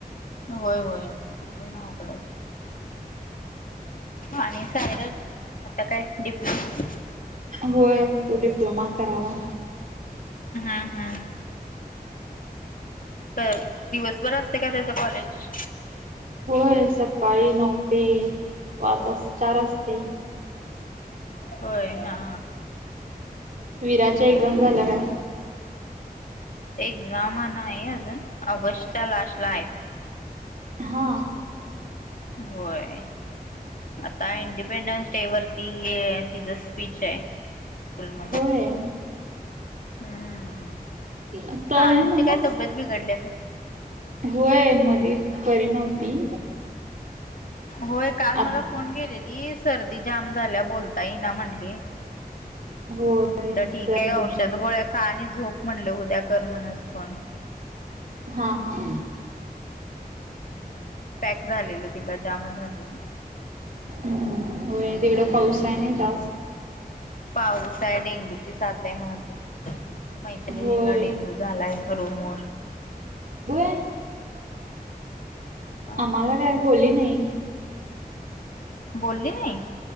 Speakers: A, on the left; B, on the right.
A: होय होय तिकून आवट आणि सायरज आता काय डिप्लोमा
B: होय तो डिप्लोमा करावा.
A: हम्म हम्. तर दिवसभर असते का त्याच कॉलेज
B: होय सकाळी नऊ ते पाच वा चार वाजते.
A: होय हा.
B: विराच्या एक्झाम झाल्या काय?
A: एक्झाम आहे अजून ऑगस्टच्या लास्ट ला आहेत.
B: हा.
A: होय. आता इंडिपेंडन्स डे वरती तिचं स्पीच आहे. हम्.
B: होय
A: हम्म
B: आता
A: साणूची
B: आहे नव्हं.
A: काय तब्येत बिघडली काय?
B: होय मधी बरी नव्हती.
A: होय काल
B: आत
A: मला फोन केलेली सर्दी जाम झाल्या बोलता येई ना म्हंटली.
B: होय
A: म्हणलं ठीक
B: सर्दी
A: आहे औषध गोळ्या खा आणि झोप म्हणलं उद्या कर म्हणस फोन
B: हा हा.
A: हम् पॅक झालेलं तिला जाम झालेलं.
B: हम्म व तिकडं पाऊस आहे ना तास
A: पाऊस आहे डेंगूची साात आहे म्हणात मैत्रिणीला
B: होय
A: डेंगू झालं आहे रुमर
B: वर
A: अ
B: आम्हाला काय बोलली नाही.
A: बोलली नाही